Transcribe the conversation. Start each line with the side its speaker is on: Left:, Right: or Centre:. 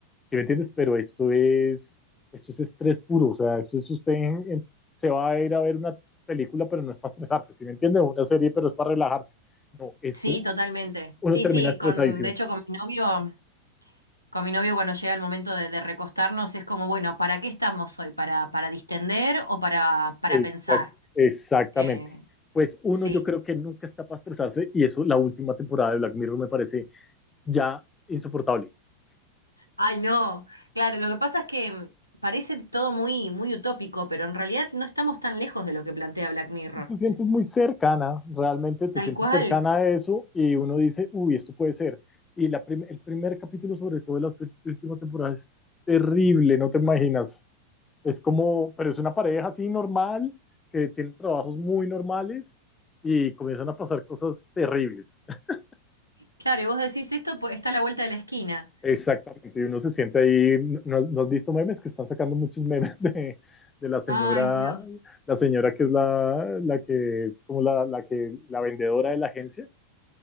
Left: ¿Sí me entiendes? Pero esto es, esto es estrés puro, o sea, esto es usted en- en- se va a ir a ver una película, pero no es para estresarse, ¿sí me entiende? Una serie, pero es para relajarse. No, esto
Right: sí, totalmente.
Left: uno
Right: Sí,
Left: termina
Right: sí,
Left: estresadísimo.
Right: con, de hecho, con mi novio. Con mi novio, cuando llega el momento de, de recostarnos, es como, bueno, ¿para qué estamos hoy? ¿Para, para distender o para, para
Left: Exact-
Right: pensar?
Left: exactamente.
Right: Eh,
Left: Pues uno
Right: sí.
Left: yo creo que nunca está para estresarse y eso la última temporada de Black Mirror me parece ya insoportable.
Right: Ay, no. Claro, lo que pasa es que mm, parece todo muy, muy utópico, pero en realidad no estamos tan lejos de lo que plantea Black Mirror.
Left: te sientes muy cercana, realmente te
Right: Tal
Left: sientes
Right: cual.
Left: cercana a eso y uno dice, uy, esto puede ser. Y la prim- el primer capítulo, sobre todo de la última temporada, es terrible, no te imaginas. Es como, pero es una pareja así normal, que tiene trabajos muy normales y comienzan a pasar cosas terribles. <laughs>
Right: Claro, y vos decís esto, pues, está a la vuelta de la esquina.
Left: Exactamente, y uno se siente ahí, ¿no, no has visto memes? Que están sacando muchos memes de, de la señora,
Right: Ay, Dios.
Left: la señora que es la, la que es como la, la que, la vendedora de la agencia